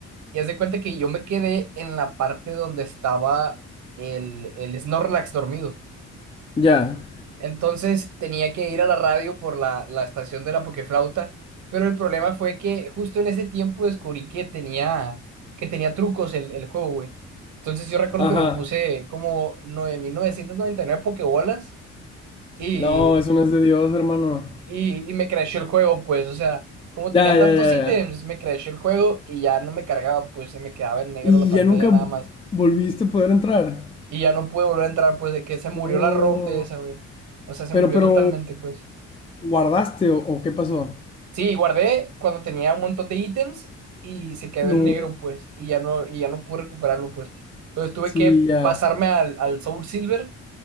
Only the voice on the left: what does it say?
Ya.
Ajá.
No, eso no es de Dios, hermano.
Ya,
ya,
ya,
ya.
Y
ya nunca
volviste a poder entrar.
No.
Pero,
pero.
¿Guardaste o, o qué pasó?
No.
Sí,
ya.